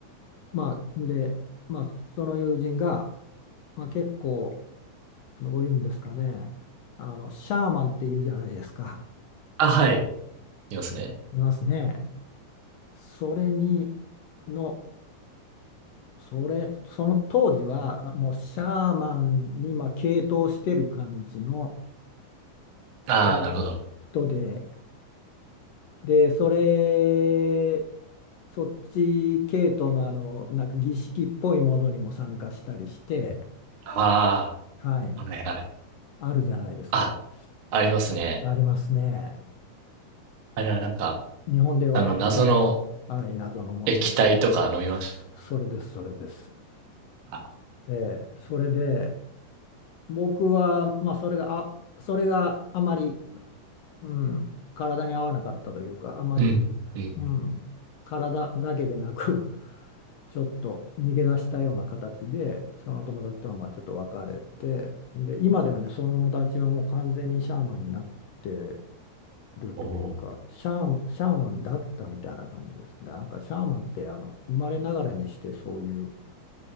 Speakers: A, on the left; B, on the right.
A: まあ、で、まあ、その友人が、まあ、結構どういうんですかね。あの、シャーマンっていうじゃないですか。
B: あ、はい。いますね。
A: いますね。それに、の、それ、その当時は、もうシャーマンに、まあ、傾倒してる感じの人、
B: ああ、なるほど。
A: 人で、で、それ、そっち系統のあの、なんか儀式っぽいものにも参加したりして、
B: あ
A: はい、
B: あ、はいはい。
A: あるじゃないですか。
B: あ、ありますね。
A: ありますね。
B: あれはなんか、
A: 日本では多分、
B: あの、謎の
A: はい、謎のものですね。
B: 液体とか飲みました。
A: そ、そそれです、それです。
B: あ
A: ええ、それで、僕は、まあ、それが、あ、それがあまり、うん、体に合わなかったというか、あまり、
B: うん、うん。
A: うん、体だけでなく、<laughs> ちょっと逃げ出したような形で、その友達とはまあちょっと別れて、で、今ではね、その友達はもう完全にシャーマンになってるというか、
B: おお。
A: シャーマン、シャーマンだったみたいな感じですね。なんかシャーマンって、あの、生まれながらにしてそういう、